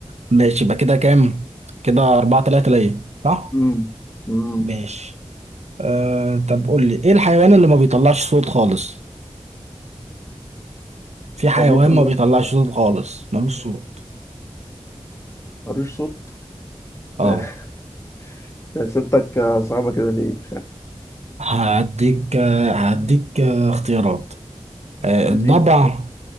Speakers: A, on the right; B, on the left.
A: ماشي يبقى كده كام؟ كده 4 3 ليا صح؟
B: امم امم
A: ماشي آه طب قول لي ايه الحيوان اللي ما بيطلعش صوت خالص؟ في حيوان
B: ربيط الله
A: ما بيطلعش صوت خالص ملوش صوت
B: ملوش صوت
A: اه
B: <laughs> ده أسئلتك صعبة كده ليه؟
A: هديك آه، هديك آه، اختيارات آه الضبع
B: <laughs> ليه